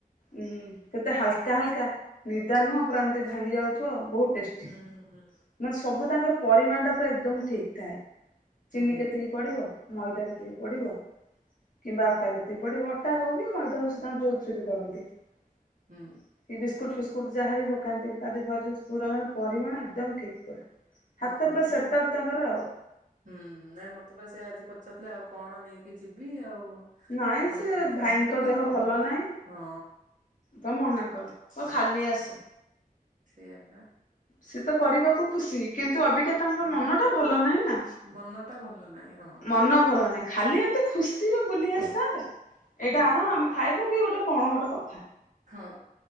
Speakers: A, on the left; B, on the right.
A: ଉ କେତେ ହାଲକା ହାଲକା ନିଦା ନୁହଁ ପୁରା ଏମିତି ଭାଙ୍ଗି ଯାଉଥିବ ବହୁତ ଟେଷ୍ଟି।
B: ହୁଁ ହୁଁ।
A: ମାନେ ସବୁ ତାଙ୍କର ପରିମାଣ ଟା ପୁରା ଏକଦମ ଠିକ୍ ଥାଏ।
B: ହୁଁ
A: ଚିନି କେତିକି ପଡିବ ମଇଦା କେତିକି ପଡିବ କିମ୍ବା ଅଟା କେତିକି ପଡିବ ଅଟା ହଉ କି ମଇଦା ହଉ ସେ ତାଙ୍କ ଯୋଉଥିରେ ବି କରନ୍ତି ଏଇ
B: ହୁଁ
A: ବିସ୍କୁଟ ଫିସ୍ ବିସ୍କୁଟ୍ ଯାହା ବି ପକାନ୍ତି କାଜୁ ଫାଜୁ ପୁରା ମାନେ ପରିମାଣ ଏକଦମ ଠିକ୍ ପୁରା। ହାତ
B: ହୁଁ
A: ପୁରା
B: ନାଇଁ
A: ସେଟଅପ୍ ତାଙ୍କର ଆଉ
B: ହୁଁ ନାଇଁ ମତେ ବା ସେ ଆଜି ପ୍ <unintelligible> ଆଉ କଣ ନେଇକି ଯିବି ଆଉ
A: ନାଇଁ
B: ତମେ
A: ସେ
B: କଣ ଖାଇବା
A: ଭାଇଙ୍କ
B: ମୁକହିଲି
A: ଦେହ
B: ତମ
A: ଭଲ ନାହିଁ।
B: ତ ହଁ
A: ତ ମନା କର କହ ଖାଲି ଆସ।
B: ସେଇଆପା
A: ସେତ କରିବାକୁ ଖୁସି କିନ୍ତୁ ଅବିକାତାଙ୍କ ମନ
B: ଆଉ
A: ଟା ଭଲ ନାହିଁ ନା
B: ମନ ଟା ଭଲ ନାହିଁ ହଁ
A: ମନ ଭଲ ନାହିଁ ଖାଲି ଏମିତି ଖୁସିରେ ବୁଲି
B: ଖୁସ୍
A: ଆସିଥାନ୍ତେ ଏଇଟା
B: ହଁ
A: ଆଣ
B: ହଁ
A: ଆମେ ଖାଇବୁ କି ଗୋଟେ କଣ ଗୋଟେ କଥା
B: ହଁ।